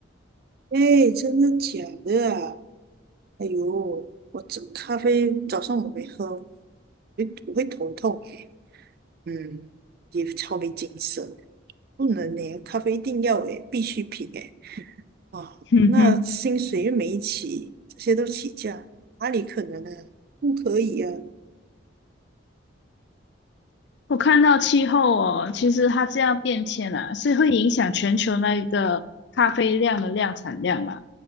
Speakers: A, on the right; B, on the left.
A: 哎，真的假的啊？哎呦，我这咖啡早上我没喝，会我会头痛，嗯，也超没精神，不能呢，咖啡一定要诶，必需品诶，啊，
B: 哼哼，
A: 那薪水又没起，这些都起价，哪里可能呢、不可以啊，
B: 我看到气候哦，其实它这样变迁啊，是会影响全球那个咖啡量的量产量啦。